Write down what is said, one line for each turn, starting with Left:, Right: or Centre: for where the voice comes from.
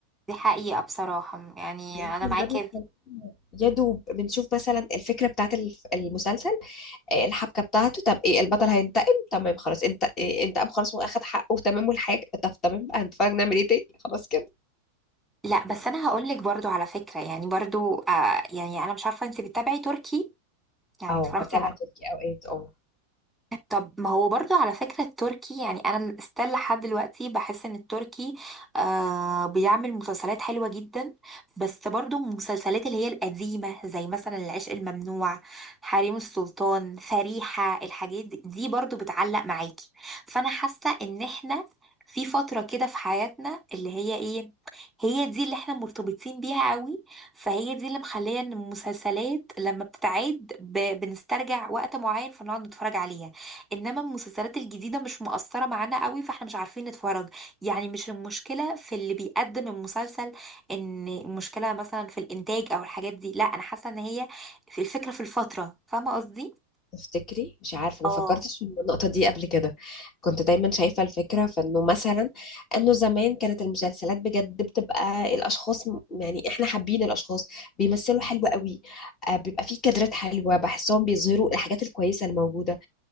Centre: دي حقيقه بصراحه يعني
Left: يمكن
Centre: انا معاكي
Left: ده بيخلينا يا دوب بنشوف مثلا الفكره بتاعت الف- المسلسل آه، الحبكه بتاعته طب ايه البطل هينتقم تمام خلاص انت إيه انتقم خلاص واخد حقه تمام والحاجه طب تمام بقى هنتفرج نعمل ايه تاني خلاص كده
Centre: لا بس انا هقول لك برضو على فكره يعني برضو آه يعني انا مش عارفه انت بتتابعي تركي يعني
Left: اه
Centre: اتفرجتي
Left: بتابع تركي اوقات اه
Centre: طب ما هو برضو على فكرة التركي يعني أنا استل لحد دلوقتي بحس إن التركي آه بيعمل مسلسلات حلوة جدا بس برضو المسلسلات اللي هي القديمة زي مثلا العشق الممنوع حريم السلطان فريحة الحاجات دي دي برضو بتعلق معاكي فأنا حاسة إن إحنا في فترة كده في حياتنا اللي هي إيه هي دي اللي إحنا مرتبطين بيها قوي فهي دي اللي مخلية إن المسلسلات لما بتتعاد ب... بنسترجع وقت معين فنقعد نتفرج عليها انما المسلسلات الجديده مش مؤثره معانا قوي فاحنا مش عارفين نتفرج يعني مش المشكله في اللي بيقدم المسلسل ان المشكله مثلا في الانتاج او الحاجات دي لا انا حاسه ان هي في الفكره في الفتره فاهمه قصدي
Left: تفتكري مش عارفة
Centre: اه
Left: ما فكرتش في النقطة دي قبل كده كنت دايما شايفة الفكرة فإنه مثلا إنه زمان كانت المسلسلات بجد بتبقى الأشخاص م- يعني إحنا حابين الأشخاص بيمثلوا حلو قوي آه، بيبقى فيه كادرات حلوة بحسهم بيظهروا الحاجات الكويسة الموجودة